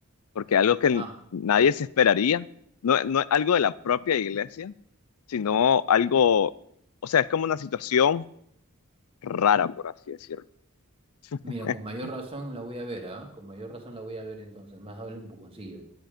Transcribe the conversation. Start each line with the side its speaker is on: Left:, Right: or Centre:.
Left: porque algo que n-
Right: Ah,
Left: nadie se esperaría, no, no es algo de la propia iglesia, sino algo, o sea, es como una situación rara, por así decirlo. <laughs>
Right: mira, con mayor razón la voy a ver, ¿ah? Con mayor razón la voy a ver entonces, más vale un empujoncillo.